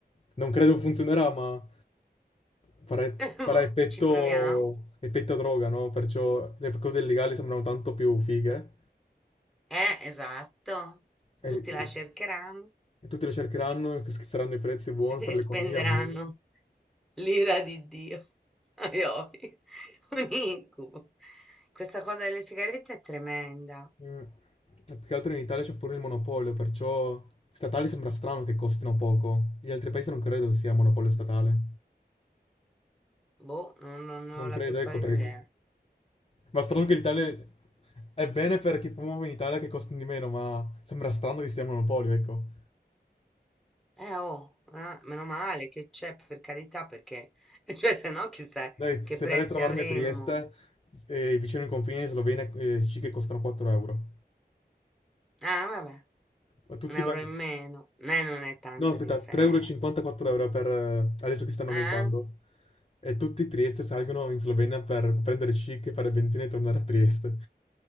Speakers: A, on the left (about 35°); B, in the centre.
A: Non credo che funzionerà, ma farà,
B: <laughs>
A: farà
B: boh,
A: effetto,
B: ci proviamo.
A: effetto droga, no? Perciò le cose illegali sembrano tanto più fighe
B: Eh, esatto.
A: e,
B: Tutti la
A: e-
B: cercheranno
A: e tutti le cercheranno e schizzeranno i prezzi buoni
B: <laughs>
A: per
B: e
A: l'economia.
B: spenderanno
A: buono.
B: l'ira di Dio. <laughs> Ai, ai, Un incubo. Questa cosa delle sigarette è tremenda.
A: Mm. E Più che altro in Italia c'è pure il monopolio, perciò statali sembra strano che costino poco. Gli altri paesi non credo che sia monopolio statale.
B: Boh, non, non ne
A: Non
B: ho la
A: credo,
B: più
A: ecco
B: pallida
A: perché...
B: idea.
A: Ma strano che l'Italia è bene per chi fuma in Italia che costa di meno, ma sembra strano che stia a monopolio, ecco.
B: Eh oh, ah, meno male che c'è per carità, perché <laughs> cioè, se no chissà
A: Dai,
B: che
A: se
B: prezzi
A: verrai a trovarmi
B: avremmo.
A: a Trieste, eh, vicino ai confini in Slovenia, eh, sì che costano 4 euro.
B: Ah, vabbè,
A: Ma tutti
B: un euro
A: vengono...
B: in meno, né non è tanto
A: No, aspetta,
B: differenza.
A: 3,54 euro e cinquanta, quattro euro per... eh, adesso che stanno
B: Eh?
A: aumentando. E tutti i Trieste salgono in Slovenia per prendere chic, fare benzina e tornare a Trieste.